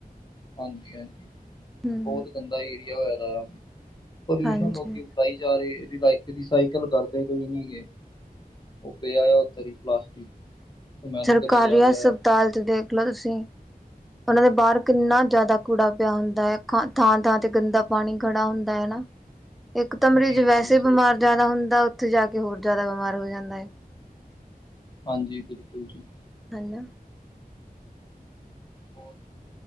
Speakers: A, on the left; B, in the centre.
A: ਹਾਂਜੀ ਹਾਂਜੀ
B: ਹਮ
A: ਬਹੁਤ ਗੰਦਾ ਏਰੀਆ ਹੋਇ ਦਾ ਐ ਪੋਲਿਊਸ਼ਨ
B: ਹਾਂਜੀ
A: ਲੋਕੀ ਈ ਫੈਲਾਈ ਜਾ ਰਹੇ ਆ ਸਾਈਕਲ ਕਰਦੇ ਕੋਈ ਨੀ ਗ ਉਹ ਪਿਆ ਆ ਉਹ ਧਰੀ ਪਲਾਸਟਿਕ ਸਮੈਲ
B: ਜਰਕਾਰੀ
A: ਕਰੀ ਜਾ
B: ਹਸਪਤਾਲ
A: ਰਿਹਾ ਆ
B: ਚ ਦੇਖ ਲੋ ਤੁਸੀਂ ਈ ਉਹਨਾਂ ਦੇ ਬਾਹਰ ਕਿੰਨਾ ਜ਼ਿਆਦਾ
A: ਹਾਂ,
B: ਕੂੜਾ ਪਿਆ ਹੁੰਦਾ ਐ ਖਾ ਥਾਂ ਥਾਂ ਤੇ ਗੰਦਾ ਪਾਣੀ ਖੜਾ ਹੁੰਦਾ ਐ ਨਾ ਇੱਕ ਤਾਂ ਮਰੀਜ਼
A: ਜੀ
B: ਵੈਸੇ
A: ਜੀ
B: ਏ
A: ਸਹੀ
B: ਬਿਮਾਰ ਜ਼ਿਆਦਾ ਹੁੰਦਾ ਉੱਥੇ ਜਾ ਕੇ ਹੋਰ ਜ਼ਿਆਦਾ ਬਿਮਾਰ ਹੋ ਜਾਂਦਾ ਐ
A: ਹਾਂਜੀ ਬਿਲਕੁਲ ਠੀਕ
B: ਹਨਾ
A: ਬਹੁਤ